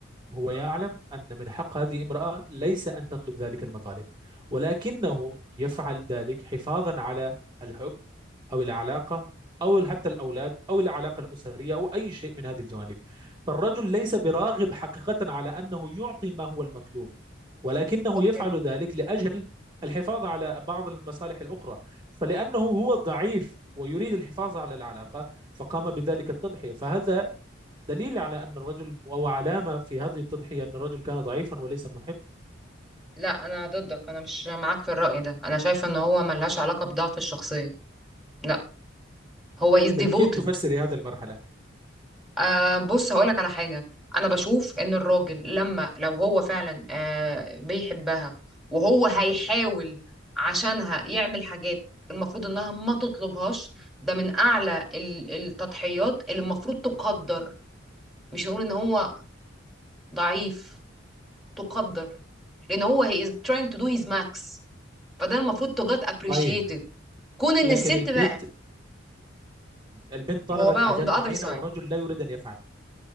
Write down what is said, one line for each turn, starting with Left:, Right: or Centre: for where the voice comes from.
Right: هو يعلم أن من حق هذه امرأة ليس أن تطلب ذلك المطالب ولكنه يفعل ذلك حفاظا على الحب أو العلاقة أو حتى الأولاد أو العلاقة الأسرية أو أي شيء من هذه الجوانب فالرجل ليس براغب حقيقة على أنه يعطي ما هو المطلوب ولكنه
Centre: اوكي
Right: يفعل ذلك لأجل الحفاظ على بعض المصالح الأخرى فلأنه هو ضعيف ويريد الحفاظ على العلاقة فقام بذلك التضحية فهذا دليل على أن الرجل أو علامة في هذه التضحية أن الرجل كان ضعيفا وليس محب
Centre: لا انا ضدك انا مش معاك في الرأي ده انا شايفة ان هو ملهاش علاقة بضعف الشخصية لا هو is devoted
Right: طيب كيف تفسري هذه المرحلة؟
Centre: آه بص هقولك على حاجة أنا بشوف إن الراجل لما لو هو فعلا آه بيحبها وهو هيحاول عشانها يعمل حاجات المفروض إنها ما تطلبهاش ده من أعلى ال- التضحيات اللي المفروض تقدر مش نقول إن هو ضعيف تقدر لأن هو he is trying to do his max فده المفروض to get appreciated
Right: طيب
Centre: كون إن
Right: لكن
Centre: الست
Right: البنت
Centre: بقى
Right: البنت طلبت
Centre: ما هو بقى
Right: حاجات
Centre: on the other
Right: معينة
Centre: side
Right: والرجل لا يريد أن يفعل